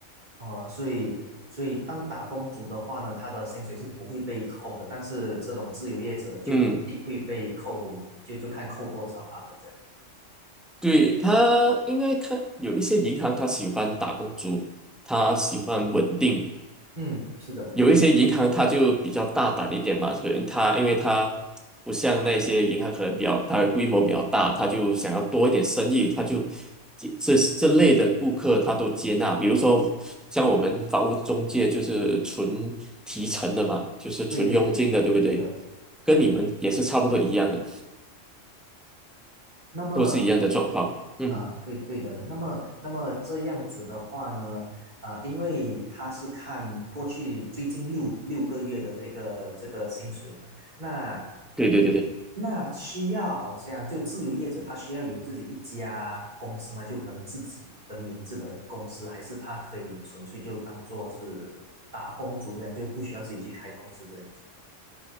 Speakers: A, on the right; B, in the centre.
A: 哦，所以所以当打工族的话呢，他的薪水是不会被扣的，但是这种自由业者就一定会被扣，
B: 嗯。
A: 就就看扣多少罢了，这样。
B: 对，他应该看有一些银行，他喜欢打工族，他喜欢稳定；
A: 嗯，是的，
B: 有一些银行，他就比较大胆一点嘛，可能他因为他不像那些银行，可能比较它的规模比较大，他就想要多一点生意，他就这这这类的顾客他都接纳。比如说像我们房屋中介就是纯提成的嘛，就是纯佣金的，
A: 对对对，
B: 对不对？
A: 是的。
B: 跟你们也是差不多一样的，
A: 那么，
B: 都是一样的状况。嗯，
A: 啊，对对的。那么，那么这样子的话呢，呃，因为他是看过去最近六六个月的这个这个薪水嘛，那
B: 对对对对。
A: 那需要好像就自由业者，他需要有自己一家公司嘛，就可能自己的名字的公司，还是他可以纯粹就当做是打工族这样，就不需要自己去开公司这样子。